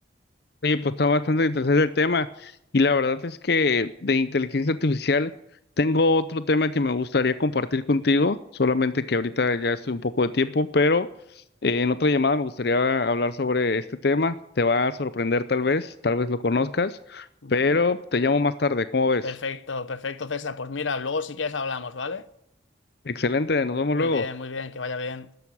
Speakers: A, on the left (about 55°); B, on the left (about 85°).
A: Oye, pues está bastante interesante el tema. Y la verdad es que de inteligencia artificial tengo otro tema que me gustaría compartir contigo, solamente que ahorita ya estoy un poco de tiempo, pero eh, en otra llamada me gustaría hablar sobre este tema. Te va a sorprender tal vez, tal vez lo conozcas,
B: Ujú.
A: pero te llamo más tarde, ¿cómo ves?
B: Perfecto, perfecto, César. Pues mira, luego si quieres hablamos, ¿vale?
A: Excelente, nos vemos
B: Muy
A: luego.
B: bien, muy bien, que vaya bien.